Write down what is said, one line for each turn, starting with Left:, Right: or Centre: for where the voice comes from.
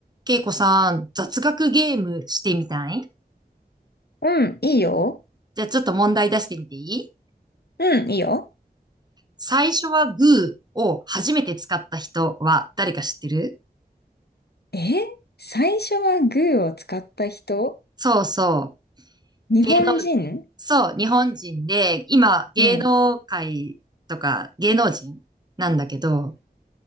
Right: けいこさん、雑学ゲームしてみたい
Left: うん、いいよ。
Right: じゃあちょっと問題出してみていい
Left: うん、いいよ。
Right: 最初はグーを初めて使った人は誰か知ってる
Left: え最初はグーを使った人
Right: そうそう。
Left: 日本人
Right: 芸能、そう、日本人で、今、芸能界とか芸能人なんだけど、
Left: うん。